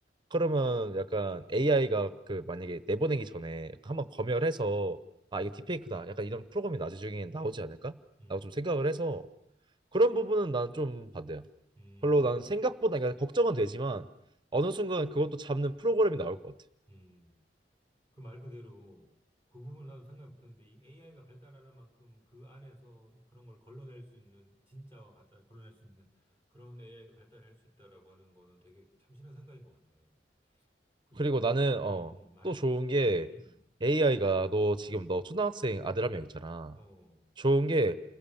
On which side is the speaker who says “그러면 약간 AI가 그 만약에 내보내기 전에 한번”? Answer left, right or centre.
Right